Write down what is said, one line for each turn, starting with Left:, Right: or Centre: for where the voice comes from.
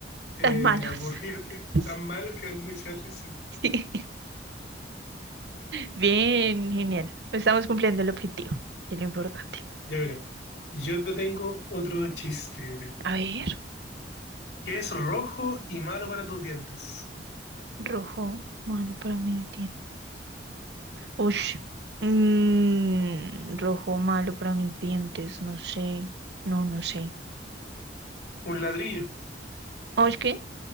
Left: eh,
Right: Tan malos.
Left: aburridos que
Right: <laughs>
Left: tan malos que dan mucha risa.
Right: Sí. Bien, genial. Estamos cumpliendo el objetivo y lo importante.
Left: Ya verá. Yo te tengo otro chiste, mira,
Right: A ver,
Left: que es rojo y malo para tus dientes.
Right: rojo, malo para mí, Ush. Mm, rojo malo para mis dientes, no sé. No, no sé.
Left: Un ladrillo.
Right: Ush, ¿qué?